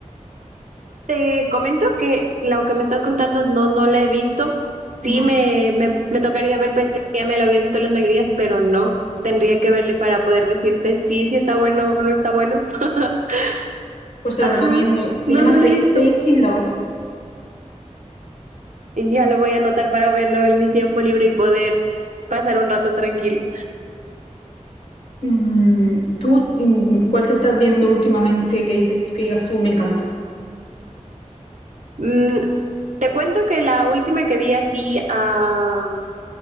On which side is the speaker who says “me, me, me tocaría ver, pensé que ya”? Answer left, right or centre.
Right